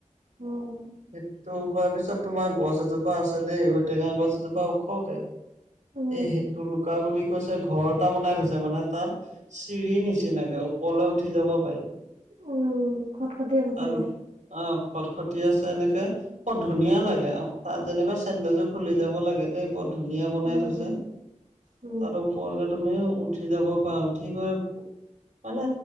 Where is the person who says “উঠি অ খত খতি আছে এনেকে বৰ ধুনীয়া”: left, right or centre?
Right